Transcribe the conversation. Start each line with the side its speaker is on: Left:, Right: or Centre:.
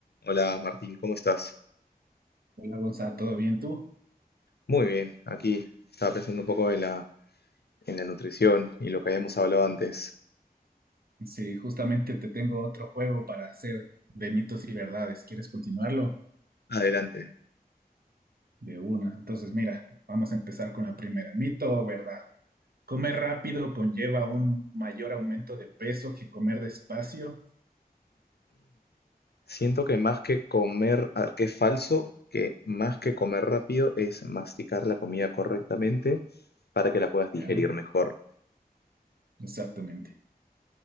Left: Hola Martín, ¿cómo estás?
Right: Hola Gonza, ¿todo bien tú?
Left: Muy bien, aquí estaba pensando un poco en la, en la nutrición y lo que habíamos hablado antes.
Right: Sí, justamente te tengo otro juego para hacer de mitos y verdades. ¿Quieres continuarlo?
Left: Adelante.
Right: De una. Entonces, mira, vamos a empezar con la primera. Mito o verdad. Comer rápido conlleva un mayor aumento de peso que comer despacio.
Left: Siento que más que comer, ah, que es falso, que más que comer rápido es masticar la comida correctamente para que la puedas digerir
Right: Ya,
Left: mejor.
Right: exactamente.